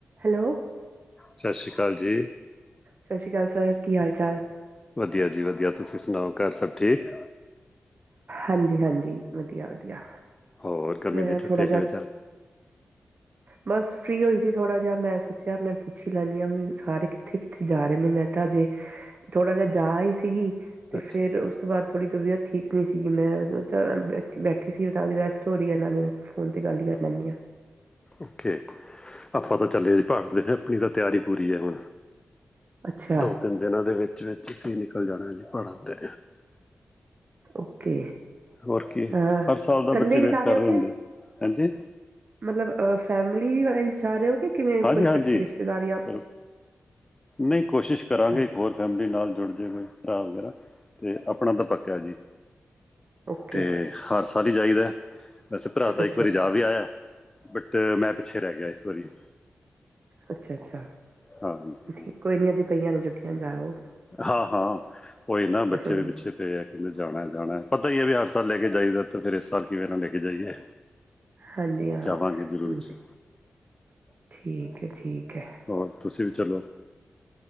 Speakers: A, on the right; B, on the left.
A: Hello
B: ਸਤਿ ਸ਼੍ਰੀ ਅਕਾਲ ਜੀ।
A: ਸਤਿ ਸ਼੍ਰੀ ਅਕਾਲ ਸਰ ਕੀ ਹਾਲ ਚਾਲ।
B: ਵਧੀਆ ਜੀ ਵਧੀਆ ਤੁਸੀਂ ਸੁਣਾਓ ਘਰ ਸਭ ਠੀਕ।
A: ਹਾਂਜੀ-ਹਾਂਜੀ ਵਧੀਆ-ਵਧੀਆ
B: ਹੋਰ ਗਰਮੀ
A: ਮੈਂ
B: ਦੀਆਂ ਛੁੱਟੀਆਂ
A: ਥੋੜਾ ਜਿਹਾ
B: ਕਿਵੇਂ ਚੱਲ
A: ਬਸ ਫਰੀ ਹੋਈ ਸੀ ਥੋੜਾ ਜਿਹਾ ਮੈਂ ਸੋਚਿਆ ਮੈਂ ਪੁੱਛ ਲੈਂਣੀ ਆਂ ਵੀ ਸਾਰੇ ਕਿੱਥੇ-ਕਿੱਥੇ ਜਾ ਰਏ ਨੇ ਮੈਂ ਤਾਂ ਹਜੇ ਥੋੜਾ ਜਿਹਾ ਜਾ ਆਈ ਸੀਗੀ। ਤੇ
B: ਅੱਛਾ
A: ਫਿਰ ਉਸ ਤੋਂ ਬਾਅਦ ਥੋੜ੍ਹੀ ਤਬੀਅਤ ਠੀਕ ਨਈ ਸੀ। ਕਿ ਮੈਂ ਬੈਠੀ-ਬੈਠੀ ਸੀ ਨਾਲ ਦੀ ਰੈਸਟ ਹੋ ਰਹੀ ਹੈ ਨਾਲੇ ਮੈਂ ਫੋਨ ਤੇ ਗੱਲ ਹੀ ਕਰ ਲੈਂ ਣੀ ਆਂ।
B: ਓਕੇ ਆਪਾਂ ਤਾਂ ਚੱਲੇ ਜੀ ਪਹਾੜ ਤੇ ਆਪਣੀ ਤਾਂ ਤਿਆਰੀ ਪੂਰੀ ਹੈ ਹੁਣ
A: ਅੱਛਾ,
B: ਦੋ ਤਿੰਨ ਦਿਨਾਂ ਦੇ ਵਿੱਚ ਵਿਚ ਅਸੀਂ ਨਿਕਲ ਜਾਣਾ ਜੀ ਪਹਾੜਾਂ ਤੇ
A: ਓਕੇ
B: ਹੋਰ ਕੀ ਹਰ
A: ਅ
B: ਸਾਲ ਦਾ
A: ਕੱਲੇ
B: ਬੱਚੇ ਵੇਟ
A: ਈ ਜਾ
B: ਕਰ
A: ਰਹੇ ਓ
B: ਰਏ ਹੁੰਦੇ
A: ਕੇ
B: ਇਥੇ
A: ਮਤਲਬ ਅ ਫੈਮਲੀ ਵਾਈਜ਼ ਜਾ ਰਏ ਓ ਕਿ ਕਿਵੇਂ
B: ਹਾਂਜੀ-ਹਾਂਜੀ
A: ਕੋਈ ਇਕੱਠੇ ਰਿਸ਼ਤੇਦਾਰ ਜਾਂ
B: ਪਰ ਨਈ ਕੋਸ਼ਿਸ਼
A: ਅੱਛਾ-ਅੱਛਾ,
B: ਕਰਾਂਗੇ ਇੱਕ ਹੋਰ ਫੈਮਲੀ ਨਾਲ ਜੁੜ ਜੇ ਕੋਈ ਭਰਾ ਵਗੈਰਾ ਤੇ ਆਪਣਾ ਤਾਂ ਪੱਕਾ ਜੀ
A: ਓਕੇ
B: ਤੇ ਹਰ ਸਾਲ ਹੀ ਜਾਈਦਾ। ਵੈਸੇ ਭਰਾ ਤਾਂ
A: ਅੱਛਾ।
B: ਇੱਕ ਵਾਰੀ ਜਾ ਵੀ ਆਇਆ ਬਟ ਮੈਂ ਪਿੱਛੇ ਰਹਿ ਗਿਆ ਇਸ ਵਰੀ
A: ਅੱਛਾ-ਅੱਛਾ
B: ਹਾਂਜੀ
A: ਠੀਕ
B: ਹਾਂ
A: ਕੋਈ ਨੀ ਅਜੇ ਪਈਆਂ ਨੇ ਛੁੱਟੀਆਂ ਜਾ ਆਉ।
B: ਹਾਂ-ਹਾਂ ਉਹੀ ਨਾ ਬੱਚੇ
A: ਹਮ,
B: ਵੀ ਪਿੱਛੇ ਫਿਰ ਕੈਂਦੇ ਜਾਣਾ ਜਾਣਾ ਪਤਾ ਹੀ ਹੈ ਵੀ ਹਰ ਸਾਲ ਲੈ ਕੇ ਜਾਈਦਾ ਤਾਂ ਫਿਰ ਇਸ ਸਾਲ ਕਿਵੇਂ ਨਾ ਲੈ ਕੇ ਜਾਈਏ।
A: ਹਾਂਜੀ ਹਾਂ
B: ਜਾਵਾਂਗੇ ਜ਼ਰੂਰ ਜੀ
A: ਠੀਕ ਹੈ ਠੀਕ ਹੈ।
B: ਹੋਰ ਤੁਸੀਂ ਵੀ ਚਲੋ।